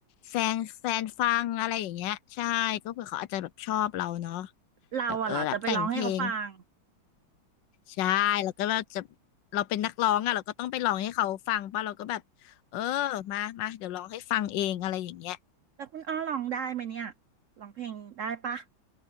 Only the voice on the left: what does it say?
แฟนแฟนฟังอะไรอย่างเงี้ยใช่ก็เผื่อเขาอาจจะแบบชอบเราเนาะ
แบบเออแบบแต่งเพลงใช่แล้วก็เราจะเราเป็นนักร้องอะเราก็ต้องไปร้องให้เขาฟังป่ะเราก็แบบเออมามาเดี๋ยวร้องให้ฟังเองอะไรอย่างเงี้ย